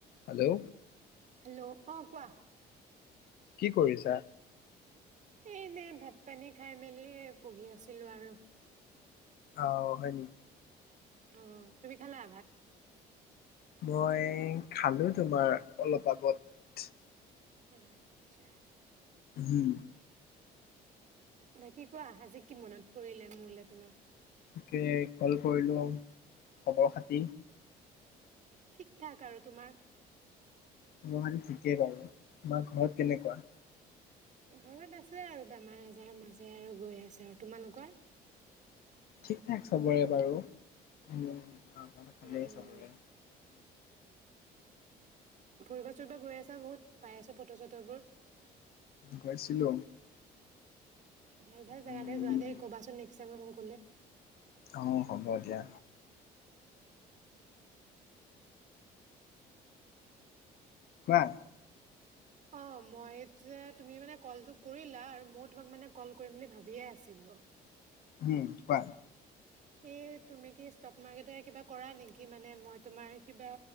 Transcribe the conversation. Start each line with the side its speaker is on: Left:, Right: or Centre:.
Left: হেল্ল
Right: হেল্ল' অহ কোৱা
Left: কি কৰিছা
Right: এ এনে ভাত পানী খাই মেলিয়ে বহি আছিলো আৰু
Left: অহ হয় নেকি
Right: অহ তুমি খালা ভাত
Left: মই খালো তোমাৰ, অলপ আগত
Right: আ আটচ্ছা
Left: হম
Right: বাকী কোৱা, আজি কি মনত পৰিলে মোলে তোমাৰ
Left: তাকে ক'ল কৰিলো আৰু খবৰ খাটি
Right: ঠিকঠাক আৰু তোমাৰ
Left: মোৰো ঠিকে বাৰু তোমাৰ ঘৰত কেনেকুৱা
Right: ঘৰত আছে আৰু বেমাৰ-আজাৰ মাজেৰে আৰু গৈ আছে আৰু তোমালোকৰ
Left: ঠিকঠাক চবৰে বাৰু, হম <unintelligible> ভালে
Right: উম
Left: চবে
Right: ফুৰিবো চুৰিবো গৈ আছা বহুত, পাই আছো ফটো চতোবোৰ
Left: গৈছিলো
Right: ভাল
Left: উম
Right: ভাল জেগাতে যোৱা দে কবাচোন নেকষ্ট টাইমত মোক গ'লে
Left: অ হ'ব দিয়া কোৱা
Right: অ মই যে, তুমি মানে ক'লটো কৰিলা আৰু মও তোমাক মানে ক'ল কৰিম বুলি ভাবিয়ে আছিলো
Left: উম কোৱা
Right: এ, তুমি কি ষ্টক মাৰ্কেটয়ে কিবা কৰা নেকি, মানে মই তোমাৰ কিবা,